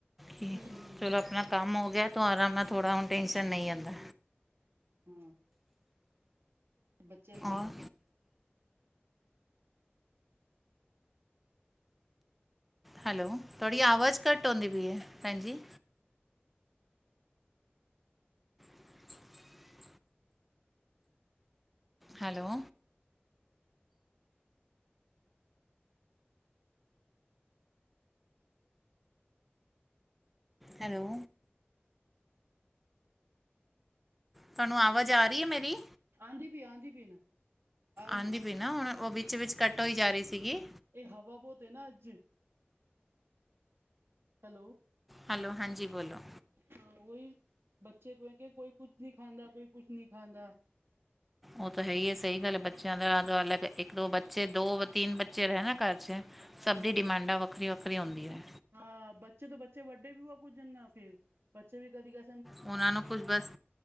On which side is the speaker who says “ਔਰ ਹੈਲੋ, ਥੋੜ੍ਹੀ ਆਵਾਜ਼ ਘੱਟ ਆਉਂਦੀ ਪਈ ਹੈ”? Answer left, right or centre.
Centre